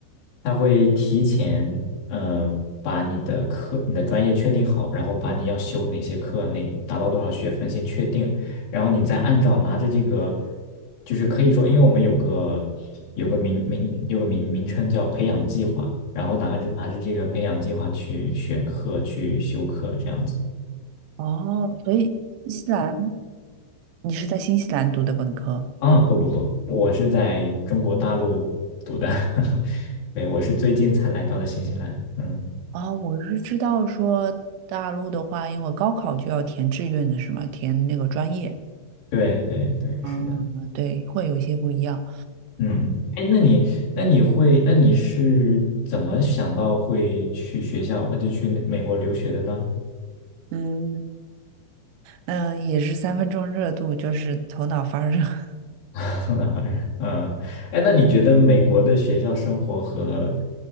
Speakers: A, on the left; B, on the right.
A: 他会提前嗯、呃把你的课你的专业确定好，然后把你要修哪些课，那达到多少学分先确定，然后你再按照拿着这个，就是可以说，因为我们有个有个名名有个名名称叫培养计划，然后拿着拿着这个培养计划去选课去修课这样子。
B: 哦，所以新西兰你是在新西兰读的本科？
A: 啊，不不不，我是在中国大陆读的，<laughs> 对，我是最近才来到的新西兰。嗯，
B: 哦，我是知道说大陆的话，因为高考就要填志愿的是吗？填那个专业。
A: 对对对，
B: 嗯，
A: 是的。
B: 对，会有一些不一样。
A: 嗯，哎，那你那你会那你是怎么想到会去学校，呃，就去那美国留学的呢？
B: 嗯嗯，呃也是三分钟热度，就是头脑发热。<laughs>
A: <laughs> 那当然，嗯，哎，那你觉得美国的学校生活和，